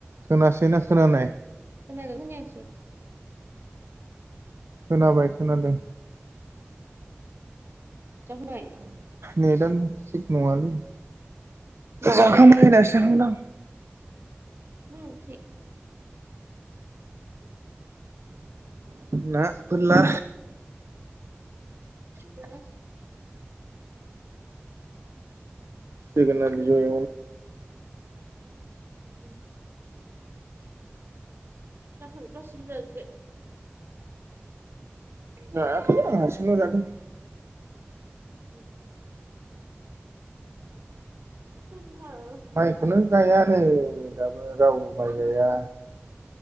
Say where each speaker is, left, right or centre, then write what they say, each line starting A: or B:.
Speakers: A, on the right; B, on the right.
A: खोनासै ना खोनानाय
B: खोनादो ना खोनायासै
A: खोनाबाय खोनादों
B: जाबाय
A: नेटानो थिग नङालै
B: उम
A: जाखांबाय
B: दै
A: होननाय जाखांदां
B: मा ओंख्रि
A: ना फोरला
B: बे
A: जोगोनार बिजौ एवनाय
B: उम जोगोन गासैबो जाजोबबाय
A: जायाखै आं हारसिंल' जादों
B: उ ह
A: माइखौनो गायानो दाबो रावबो माइ गाया